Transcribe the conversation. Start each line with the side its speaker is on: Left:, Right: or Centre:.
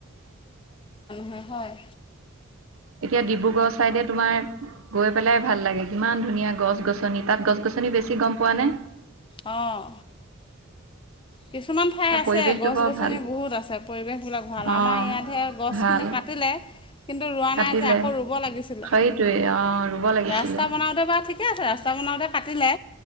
Left: নহয়।
Right: এতিয়া ডিব্ৰুগড় চাইডে তুমাৰ গৈ পেলাই ভাল লাগে, কিমান ধুনীয়া গছ গছনি তাত গছ গছনি নি বেছি গম পোৱা নে?
Left: অঁ কিছুমান ঠাই
Right: তাৰ
Left: আছে
Right: পৰিৱেশটো
Left: গছ
Right: বৰ
Left: গছনি
Right: ভাল
Left: বহুত আছে, পৰিৱেশ বিলাক ভাল
Right: অ
Left: আমাৰ ইয়াতহে গছ
Right: ভাল
Left: খিনি কাটি নে নে কিন্তু ৰোৱা
Right: কাটিলে
Left: নাই যে আকৌ ৰুব লাগিছিলে,
Right: সেইটোৱে অ ৰুব লাগিছিলে
Left: ৰাস্তা বনাওতে বা ঠিকে আছে ৰাস্তা বানতে কাটিলে